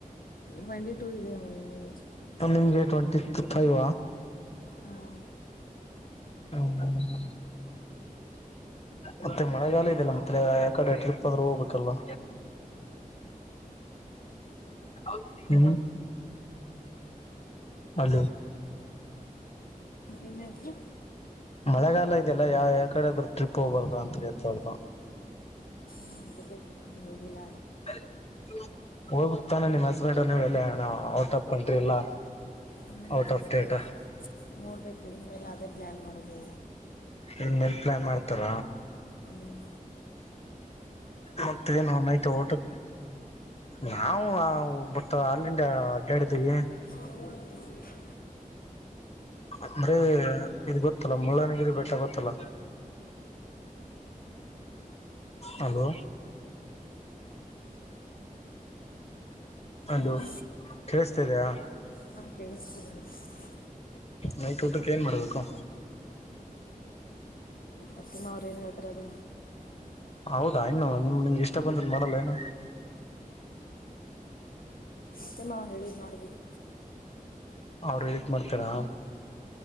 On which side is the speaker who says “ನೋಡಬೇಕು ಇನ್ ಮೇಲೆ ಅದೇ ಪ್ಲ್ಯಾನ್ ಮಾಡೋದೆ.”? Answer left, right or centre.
Left